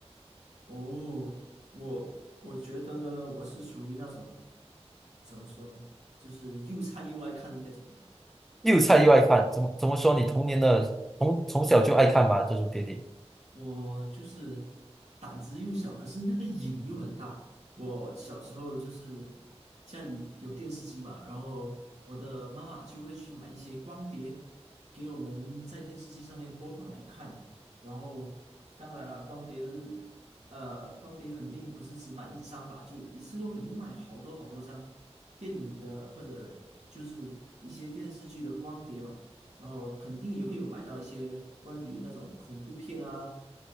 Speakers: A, on the right; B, in the centre.
A: 哦，我我觉得呢，我是属于那种怎么说呢，就是又菜又爱看的那种人。
B: 又菜又爱看，怎么怎么说？你童年的从从小就爱看嘛，这种电影，
A: 我就是胆子又小，可是那个瘾又很大。我小时候就是家里有电视机嘛，然后我的妈妈就会去买一些光碟给我们在电视机上面播放来看。然后当然了，光碟的呃，光碟肯定不是只买一张嘛，就一次过肯定买好多好多张电影的或者就是一些电视剧的光碟嘛。然后肯定也会有买到一些关于那种恐怖片啊、